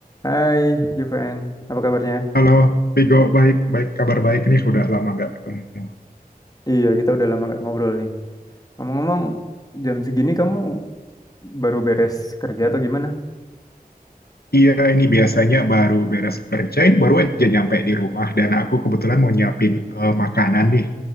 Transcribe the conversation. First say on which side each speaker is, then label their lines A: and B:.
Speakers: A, on the left; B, on the left.
A: Hai Juven, apa kabarnya?
B: Halo, Vigo, baik, baik, kabar baik nih, udah lama nggak ketemu.
A: Iya, kita udah lama nggak ngobrol nih. Ngomong-ngomong, jam segini kamu baru beres kerja atau gimana?
B: Iya, ini biasanya baru beres kerja, ini baru aja nyampe di rumah dan aku kebetulan mau nyiapin eh, makanan nih